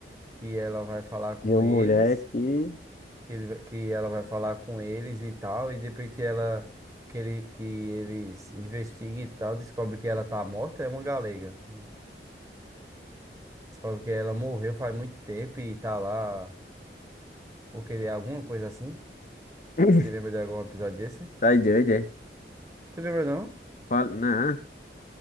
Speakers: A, on the right; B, on the left.
A: que ela vai falar com
B: de uma
A: eles?
B: mulher que...
A: que ele, vai- que ela vai falar com eles e tal, e depois que ela que ele, que eles investiguem e tal, descobre que ela tá morta, é uma galega. Hum. Descobre que ela morreu faz muito tempo e tá lá porque é alguma coisa assim.
B: <coughs>
A: Você lembra
B: <laughs>
A: de algum episódio desse?
B: Tá doido, é?
A: Você lembra não?
B: Fala, não,